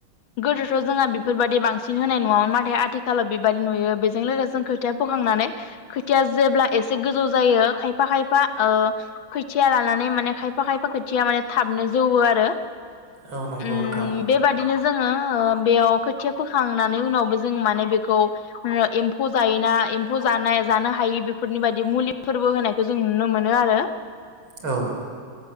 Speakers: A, on the left (about 70°); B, on the right (about 75°).
A: गोदोथ' जोंहा बेफोरबायदि बांसि न होनाय नङा नाथाय आथिखालाव बेबादि नुयो बेजों लोगोसे जों खोथिया फोखांनानै खोथिया जेब्ला एसे गोजौ जायो खायफा खायफा ओ खोथिया लानानै माने खायफा खायफा खोथिया माने थाबनो जौवो आरो
B: औ नंगौ
A: उम
B: नोंथां
A: बेबादिनो ज जोङो ओ बेयाव खोथिया फो खांनानै उनावबो जों माने बेखौ ओ एम्फौ जायोना एम्फौ जानाय जानो हायि बेफोरनि बादि मुलिफोरबो होनायखौ जों नुनो मोनो आरो।
B: औ।